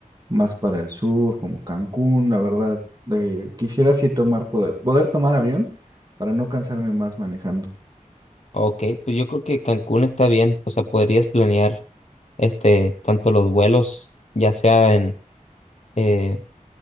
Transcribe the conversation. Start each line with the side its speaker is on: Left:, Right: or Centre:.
Right: más para el sur, como Cancún, la verdad. eh, quisiera sí tomar, poder, poder tomar avión para no cansarme más manejando.
Left: Ok, pues yo creo que Cancún está bien. O sea, podrías planear este tanto los vuelos, ya sea en eh,